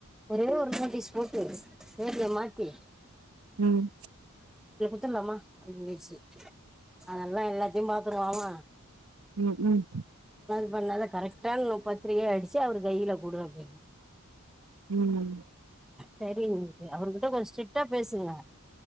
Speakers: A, in the centre; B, on the right (about 85°).
A: ஒரே ஒரு நோட்டீஸ் போட்டு தேதிய மாத்தி
B: உம்
A: த்துலாமா <unintelligible> அதல்லா எல்லாத்தையு பாத்துருவா அவ
B: உம் உம்
A: <unintelligible> கரக்டாது ஒரு பத்திரிக அடிச்சு அவரு கையில குடு அப்டின்ன
B: உம்
A: சரிங் அவுருகிட்ட கொஞ் ஸ்ட்ரிக்டா பேசுங்க